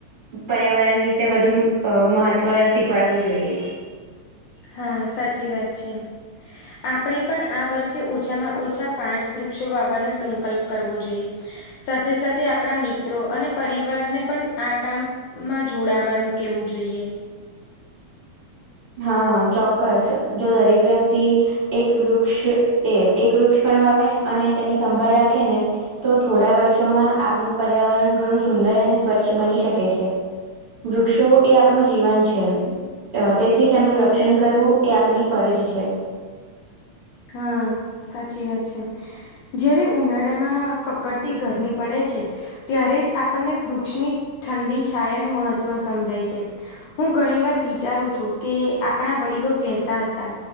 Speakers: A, on the right; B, on the left.
A: પર્યાવરણ વિશે વધુ મહ ત્વ શીખવાડવું જોઈએ.
B: હા સાચી વાત છે. આપણે પણ આ વર્ષે ઓછામાં ઓછા, પાંચ વૃક્ષો વાવાનો સંકલ્પ કરવો જોઈએ. સાથે સાથે આપણા મિત્રો અને પરિવારને પણ આ કામ. માં જોડવાનું કેવું જોઈએ.
A: હા ચોક્કસ જો દરેક વ્યક્તિ. એક વૃક્ષ એ એક વૃક્ષ પણ વાવે અને તેની સંભાળ રાખે ને. તો થોડા વર્ષોમાં આપણું પર્યાવરણ ઘણું સુંદર અને સ્વચ્છ બની શકે છે. વૃક્ષો એ આપણું જીવન છે તે થી તેમનું રક્ષણ કરવું એ આપની ફરજ છે.
B: હા, સાચી વાત છે. જયારે ઉનાળામાં કકડતી ગરમી પડે છે. ત્યારે જ આપણને વૃક્ષની ઠંડી છાયાનું મહત્ત્વ સમજાય છે. હું ઘણી વાર વિચારું છું કે આપણા વડીલો કહેતા હતા.